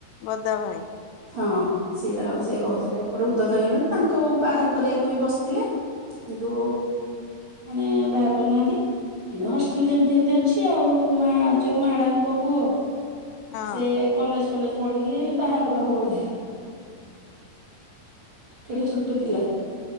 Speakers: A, on the left (about 85°); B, on the right (about 55°).
A: ବଦା ଭାଇ
B: ହଁ ସିଏ ତାଙ୍କର ସେ କହୁଥିଲେ ଏପଟେ ଉଦ୍ଧତ ହେଇଗଲେଣି ତାଙ୍କୁ ବାହାର କରିବାକୁ ବି ବସିଥିଲେ କିନ୍ତୁ ମାନେ ବାହାର କରୁନାହାନ୍ତି କିନ୍ତୁ ହସ୍ ସ୍ଲ ଯେମତି ସେମତି ଅଛି ଆଉ ମା ଯୋଉ ମ୍ୟାଡାମଙ୍କ ପୁଅ
A: ହଁ
B: ସେ କଲେଜ ଫଲେଜ ପଢିକି ବାହାଘର ହବ ବୋଧେ କେଡେ ଛୋଟ ଥିଲା